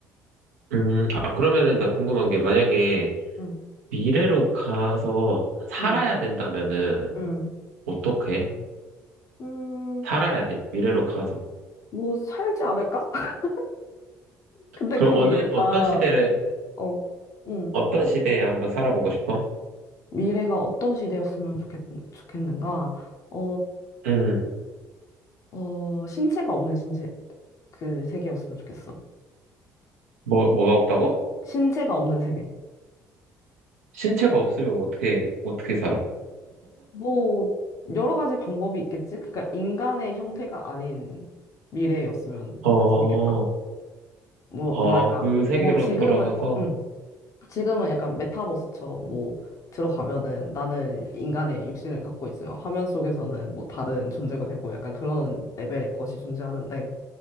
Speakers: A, on the right (about 75°); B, on the left (about 40°).
A: 음, 아, 그러면은 나 궁금한 게 만약에
B: 음,
A: 미래로 가서 살아야
B: 음,
A: 된다면은
B: 음,
A: 어떻게?
B: 음,
A: 살아야 돼, 미래로 가서.
B: 뭐, 살지 않을까? <laughs> 근데
A: 그럼
B: 그 미래가,
A: 어느, 어떤 시대를,
B: 어, 음,
A: 어떤 시대에 한번 살아보고 싶어?
B: 미래가 어떤 시대였으면 좋겠, 좋겠는가? 어,
A: 음,
B: 어, 신체가 없는 신체, 그 세계였으면 좋겠어.
A: 뭐, 뭐가 없다고?
B: 신체가 없는 세계.
A: 신체가 없으면 어떻게, 어떻게 살아?
B: 뭐, 여러 가지 방법이 있겠지? 그러니까 인간의 형태가 아닌 미래였으면
A: 어,
B: 재밌겠다. 뭐,
A: 어,
B: 뭐랄까.
A: 그 세계로
B: 뭐, 지금은,
A: 돌아가서,
B: 어, 응. 지금은 약간 메타버스처럼 뭐 들어가면은 나는 인간의 육신을 갖고 있지만 화면 속에서는 뭐 다른 존재가 되고 약간 그런 레벨의 것이 존재하는데